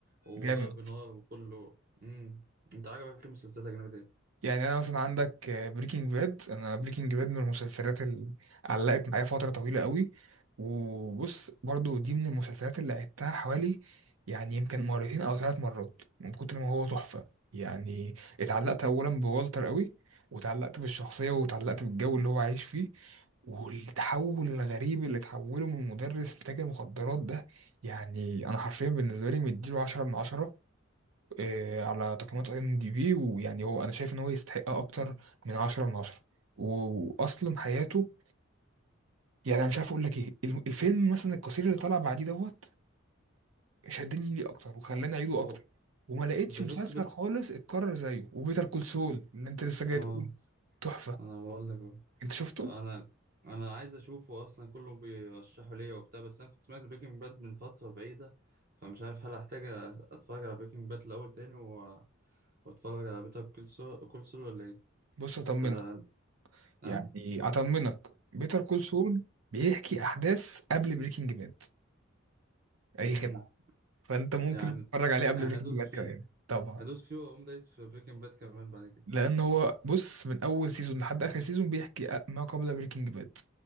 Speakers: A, on the right; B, on the right.
A: وضرب
B: جامد
A: نار وكله امم انت عجبك إيه المسلسلات الأجنبية ايه؟
B: يعني انا مثلا عندك بريكنج باد انا بريكنج باد من المسلسلات اللي علقت معايا فتره طويله قوي وبص برضو دي من المسلسلات اللي عدتها حوالي يعني يمكن مرتين او ثلاث مرات من كتر ما هو تحفه يعني اتعلقت اولا بوالتر قوي وتعلقت بالشخصيه وتعلقت بالجو اللي هو عايش فيه والتحول الغريب اللي تحوله من مدرس لتاجر مخدرات ده يعني انا حرفيا بالنسبه لي مديله عشرة من عشرة آه، على تقييمات اي ام دي بي ويعني هو انا شايف ان هو يستحق اكتر من 10 من 10 و- واصلا حياته يعني انا مش عارف اقول لك ايه الم- الفيلم مثلا القصير اللي طلع بعديه دوت شدني ليه اكتر وخلاني اعيده
A: و...
B: اكتر وما لقيتش
A: انت
B: مسلسل
A: شفت بت
B: خالص اتكرر زيه وبيتر كول سول اللي انت لسه جاي
A: اه
B: تقول تحفة
A: انا بقول لك اهو
B: انت شفته
A: انا انا عايز اشوفه اصلا كله بيرشحه ليا وبتاع بس انا كنت سمعت بريكنج باد من فترة بعيدة فمش عارف هل هحتاج اتفرج على بريكنج باد الاول تاني و... واتفرج على بيتر كول سول ولا ايه؟
B: بص اطمنك
A: انت- ها؟
B: يعني اطمنك بيتر كول سول بيحكي احداث قبل بريكنج باد اي
A: امم
B: خدعة فانت ممكن
A: يعني
B: تتفرج عليه
A: يعني
B: قبل بريكنج
A: ادوس
B: باد كمان
A: فيه
B: طبعا
A: ادوس فيه واقوم دايس في بريكنج باد كمان بعد كده
B: لان هو بص من اول سيزون لحد اخر سيزون بيحكي ما قبل بريكنج باد